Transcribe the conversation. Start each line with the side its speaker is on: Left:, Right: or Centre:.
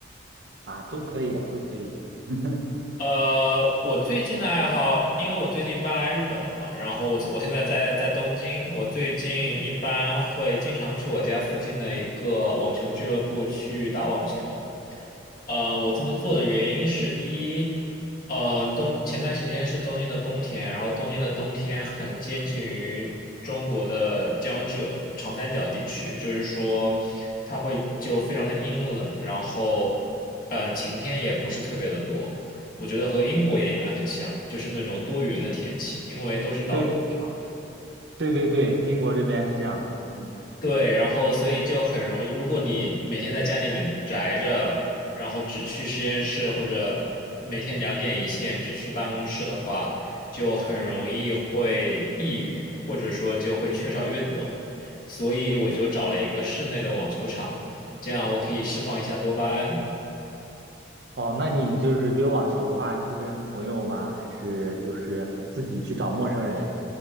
Right: 啊，都可以，都可以。<laughs>
Left: 呃，我最近的爱好，因为我最近搬来日本了嘛，然后我我现在在在东京，我最近一般会经常去我家附近的一个网球俱乐部去打网球。呃，我这么做的原因是，第一，呃，冬前段时间是东京的冬天，然后东京的冬天很接近于中国的江浙长三角地区，就是说它会就非常的阴冷，然后呃晴天也不是特别的多。我觉得和英国也应该很像，就是那种多云的天气，因为都是岛国。
Right: 对对对对，英国这边是这样的。嗯，
Left: 对，然后所以就很容易，如果你每天在家里面宅着，然后只去实验室或者每天两点一线只去办公室的话，就很容易会抑郁，或者说就会缺少运动。所以我就找了一个室内的网球场，这样我可以释放一下多巴胺。
Right: 哦，那你就是约网球的话，是跟朋友吗？还是就是自己去找陌生人？